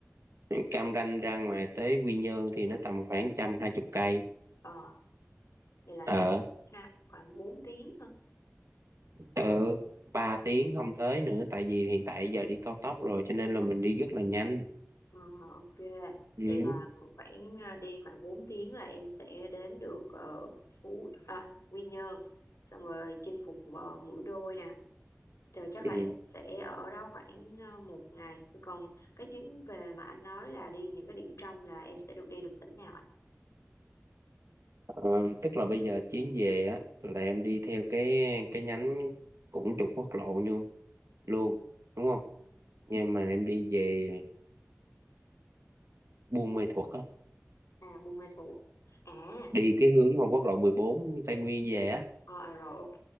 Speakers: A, on the right (about 65°); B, on the left (about 75°).
A: Cam Ranh ra ngoài tới Quy Nhơn thì nó tầm khoảng trăm hai chục cây
B: Ờ, vậy là
A: ờ
B: chắc ha, khoảng bốn tiếng thôi.
A: ờ ba tiếng không tới nữa tại vì hiện tại giờ đi cao tốc rồi cho nên là mình đi rất là nhanh
B: Ờ, ok,
A: ừ.
B: vậy là khoảng ờ, đi khoảng 4 tiếng là em sẽ đến được ờ, Phú à, Quy Nhơn. Xong rồi chinh phục ờ, Mũi Đôi nè. Rồi chắc
A: Ừ.
B: là em sẽ ở đó khoảng ờ, một ngày. Còn cái chuyến về mà anh nói là đi những cái điểm trong là em sẽ được đi được tỉnh nào anh?
A: Ờ, tức là bây giờ chuyến về á là em đi theo cái cái nhánh cũng trục quốc lộ như luôn đúng không nhưng mà em đi về Buôn Mê Thuột á
B: À, Buôn Ma Thuột. À
A: đi cái hướng mà quốc lộ 14 Tây Nguyên về á
B: Ờ, à, rồi ok